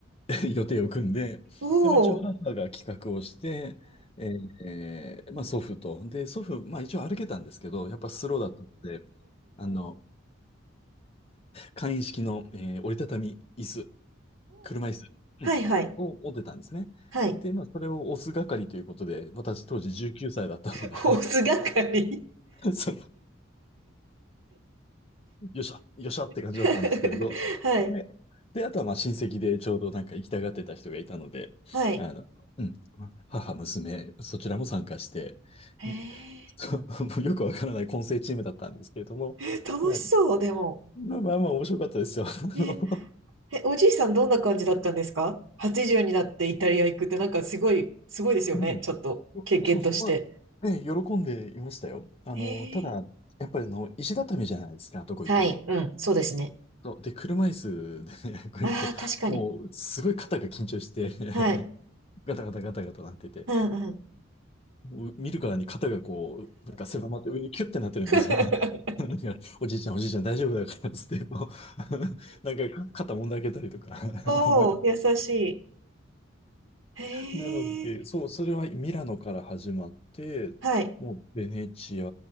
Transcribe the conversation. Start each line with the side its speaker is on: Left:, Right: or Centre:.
Left: <laughs> 予定を組んで、
Right: お
Left: で、まあ、一応母が企画をして、
Right: お
Left: えーえーまあ、祖父と、で、祖父、まあ、一応歩けたんですけど、やっぱスローだったので、あの、簡易式の、えー折りたたみ椅子、車椅子、うん、
Right: はいはい。うんうんおうおう
Left: を持ってたんですね。
Right: はいはい。
Left: で、
Right: はい
Left: まあ、それを押す係ということで、私当時19歳だったので
Right: ホース係
Left: <laughs> そのよっしゃ、よっしゃって感じだったんですけれど、
Right: <laughs> はい。
Left: で、で、あとはまあ親戚でちょうどなんか行きたがってた人がいたので、
Right: はい。
Left: あの、うん、まあ母、娘、そちらも参加して、
Right: へ
Left: <laughs> んそうもうよくわからない混成チームだったんですけれども、
Right: え。楽しそう、
Left: まあ、
Right: でも。
Left: まあまあまあ面白かったですよ。<laughs> あの
Right: ねえ、おじいさんどんな感じだったんですか ?80 になってイタリア行くってなんかすごい、すごいですよね。
Left: うん。
Right: ちょっと経験として。
Left: そうそう、まあ、ね、喜んでいましたよ。あの、
Right: へえ。
Left: ただ、やっぱりあの、石畳じゃないですか、どこ行っても。
Right: はい、うん、そうですね。
Left: そう、で、車椅子でね、<laughs> こう行くと、
Right: ああ、確かに。
Left: もう、すごい肩が緊張して
Right: はい。
Left: <laughs> ガタガタガタガタなってて、
Right: うんうん。
Left: もう見るからに肩がこう、なんか狭まって上にキュッてなってるんですよ。
Right: <laughs>
Left: <laughs> なんか、おじいちゃんおじいちゃん大丈夫だからっつって、こう <laughs>、なんか肩もんであげたりとか <laughs>
Right: おお、
Left: 覚えてる
Right: 優しい。へえ。
Left: なので、そう、それはミラノから始まって、
Right: はい。
Left: もうベネチア